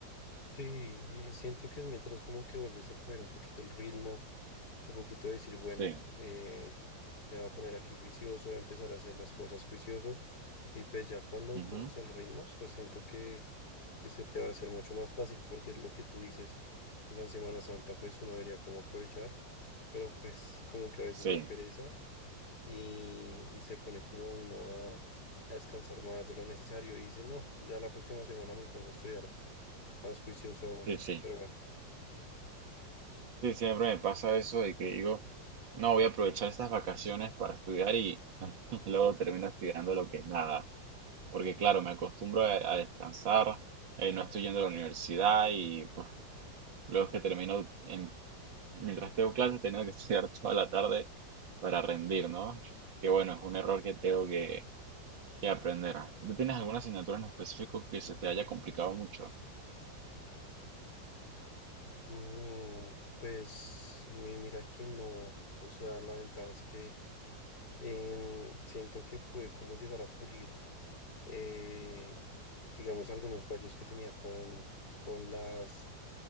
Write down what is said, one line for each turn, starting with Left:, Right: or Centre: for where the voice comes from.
Left: Sí, y siento que es mientras como que vuelves a coger un poquito el ritmo, un poquito de decir, bueno,
Right: Sí.
Left: eh, me voy a poner aquí juicioso, voy a empezar a hacer las cosas juicioso, y pues ya cuando
Right: Ujú.
Left: cojas el ritmo, o sea, siento que, que se te va a hacer mucho más fácil porque es lo que tú dices. O sea, en Semana Santa pues uno debería como aprovechar, pero pues como que a veces
Right: Sí,
Left: da pereza y, y se pone como uno a, a descansar más de lo necesario y dice, no, ya la próxima semana me pongo a estudiar más juicioso aún.
Right: sí, sí.
Left: Pero bueno,
Right: Sí, siempre me pasa eso de que digo, no, voy a aprovechar estas vacaciones para estudiar y <laughs> luego termino estudiando lo que es nada. Porque claro, me acostumbro a, a descansar, eh, no estoy yendo a la universidad y uf, luego es que termino, en- mientras tengo clases, tengo que estudiar <laughs> toda la tarde para rendir, ¿no? Que bueno, es un error que tengo que, que aprender. ¿Tú tienes alguna asignatura en específico que se te haya complicado mucho?
Left: Mm, pues mi, mira que no, o sea, la ventaja es que em, siento que pude como llegar a pulir, eh, digamos, algunos fallos que tenía con, con las,